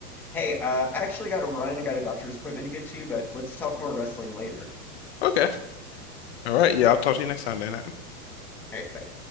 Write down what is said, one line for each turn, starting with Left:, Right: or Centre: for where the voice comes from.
Centre: Hey, uh, I actually got to run. I got a doctor's appointment to get to, but let's talk more wrestling later.
Left: Okay. All right. Yeah,
Centre: All
Left: I'll
Centre: right,
Left: talk to you next time, Dan.
Centre: all right, bye.